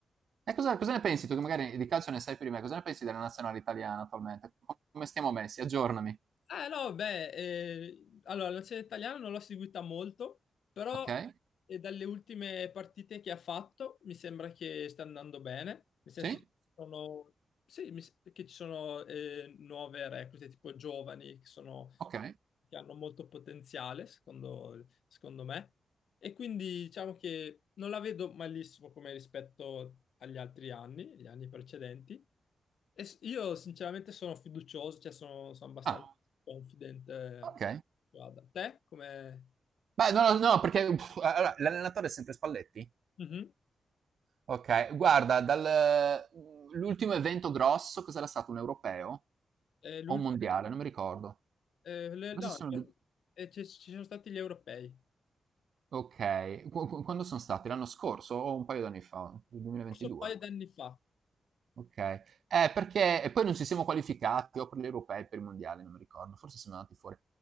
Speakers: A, on the right; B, on the left.
A: E cosa, cosa ne pensi tu, che magari di calcio ne sai più di me, cosa ne pensi della nazionale italiana attualmente? Come stiamo messi? Aggiornami,
B: Eh no, beh, eh, allora la nazionale italiana non l'ho seguita molto, però
A: ok?
B: eh, dalle ultime partite che ha fatto mi sembra che sta andando bene, nel senso
A: Sì?
B: che ci sono, sì, mi s- che ci sono eh, nuove reclute, tipo giovani, che sono,
A: Ok.
B: che hanno molto potenziale, secondo, secondo me, e quindi diciamo che non la vedo malissimo come rispetto agli altri anni, gli anni precedenti, e s- io sinceramente sono fiducioso, cioè sono, sono abbastanza
A: Ah,
B: confident. eh,
A: ok.
B: Guarda, te come...
A: Beh, no, no, no, perché uff, allora, l'allenatore è sempre Spalletti?
B: Mhm.
A: Ok, guarda, dal, l'ultimo evento grosso cos'era stato? Un europeo
B: Eh, l'ultimo...
A: o un mondiale? Non mi ricordo.
B: eh, le-
A: Però
B: no,
A: ci sono due-
B: eh, ci, ci sono stati gli europei,
A: Ok, Qu- qu- quando sono stati? L'anno scorso o un paio d'anni fa? Il 2022?
B: forse un paio d'anni fa.
A: Okay. Eh, perché e poi non ci siamo qualificati o per gli europei o per i mondiali, non mi ricordo, forse siamo andati fuori.